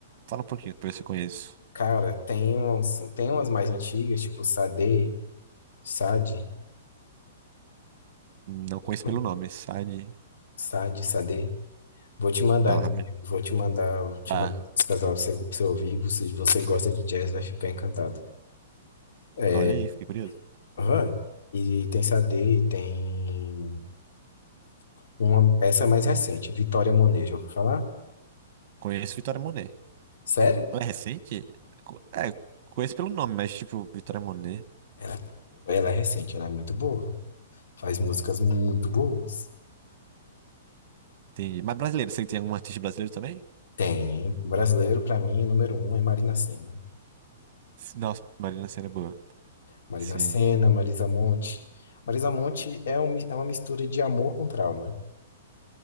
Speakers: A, on the right; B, on the left.
A: Fala um pouquinho pra ver se eu conheço.
B: Cara, tem uns, tem umas mais antigas, tipo Sade, Sade,
A: Não conheço
B: hum?
A: pelo nome, sabe?
B: Sade, Sade. Vou te mandar,
A: Não,
B: inclusive.
A: realmente.
B: Vou te mandar, vou te
A: Tá.
B: mandar os casal pra você, pra você ouvir. Se Você- você gosta de jazz, vai ficar encantado. É,
A: Olha aí, fiquei curioso.
B: Aham. E tem Sade, e tem uma, essa é mais recente, Vitória Monet, já ouviu falar?
A: Conheço Vitória Monet.
B: Sério?
A: Ela é recente? Co- É, conheço pelo nome, mas tipo, Vitória Monet.
B: Ela, é ela é recente, ela é muito boa. Faz músicas muito boas.
A: Entendi. Mas brasileiro, você tem algum artista brasileiro também?
B: Tem. Brasileiro, pra mim, número um é Marina Sena.
A: S- Nossa, Marina Sena é boa.
B: Marina
A: Sim.
B: Sena, Marisa Monte. Marisa Monte é, um, é uma mistura de amor com trauma.